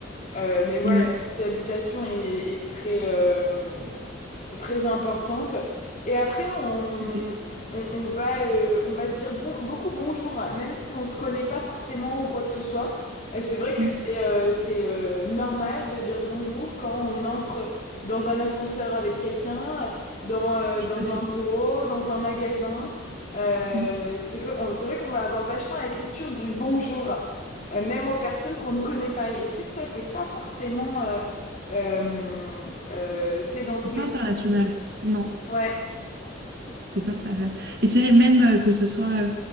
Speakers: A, on the left (about 40°); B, on the right (about 50°).
A: Euh, mais voilà,
B: Ouais.
A: la salutation est, est très, euh, très importante. Et après, on,
B: ok.
A: on, on va, euh, on va se dire bon, beaucoup bonjour, même si on se connaît pas forcément ou quoi que ce soit. Et c'est vrai que
B: Mm,
A: c'est euh, c'est euh, normal de dire bonjour quand on entre dans un ascenseur avec quelqu'un, dans, euh,
B: tout
A: dans
B: à fait.
A: un bureau, dans un magasin. Euh,
B: Mm.
A: c'est que, on- c'est vrai qu'on va avoir vachement la culture du bonjour, euh, même aux personnes qu'on ne connaît pas. Et je sais que ça, c'est pas forcément... euh, euh, euh, fait dans tous
B: C'est
A: les
B: pas international. Non.
A: Ouais.
B: C'est pas intéressant. Et c'est vrai, même euh, que ce soit euh,